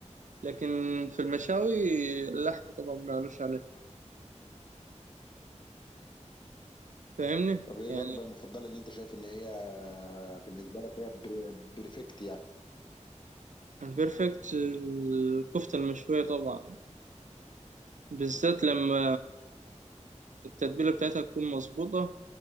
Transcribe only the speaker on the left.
طب ايه
الوجبه المفضله ان انت شايف ان هي بالنسبه لك هي بر... بريفكت يعني